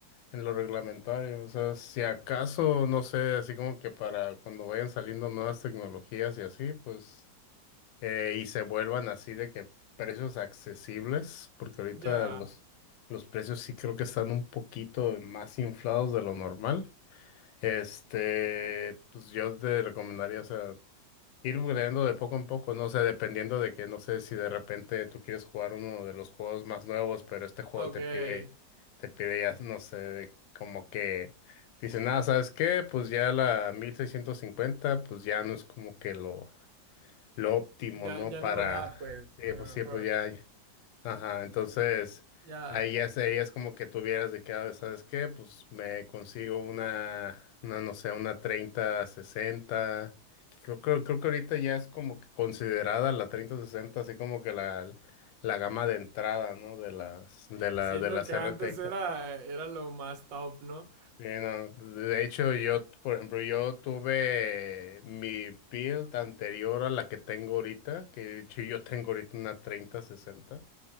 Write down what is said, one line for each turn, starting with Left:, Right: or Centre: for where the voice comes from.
Left: en lo reglamentario, o sea, si acaso, no sé, así como que para cuando vayan saliendo nuevas tecnologías y así, pues, eh, y se vuelvan así de que precios accesibles, porque ahorita
Right: Ya.
Left: los, los precios sí creo que están un poquito más inflados de lo normal. Este, pues yo te recomendaría, o sea, ir upgradeando de poco en poco, no sé, dependiendo de que, no sé si de repente tú quieres jugar uno de los juegos más nuevos, pero este juego
Right: Ok.
Left: te pide, te pide ya, no sé, de- como que dice nada, ¿sabes qué? Pues ya la 1650 pues ya no es como que lo, lo óptimo,
Right: Ya,
Left: ¿no?
Right: ya
Left: Para,
Right: no lo da, pues,
Left: eh,
Right: a
Left: pues
Right: lo
Left: sí,
Right: mejor.
Left: pues ya. Ajá, entonces
Right: Ya.
Left: ahí ya es, ahí es como que tuvieras de cada vez, ¿sabes qué? Pues me consigo una, una, no sé, una 30 sesenta que Creo, creo, creo que ahorita ya es como que considerada la 30 60 así como que la, la gama de entrada, ¿no? De las, de la,
Right: Siendo
Left: de las
Right: que
Left: RTX.
Right: antes era, era lo más top, ¿no?
Left: Bien, no, de hecho, yo, por ejemplo, yo tuve mi build anterior a la que tengo ahorita, que de hecho yo tengo ahorita una 30 sesenta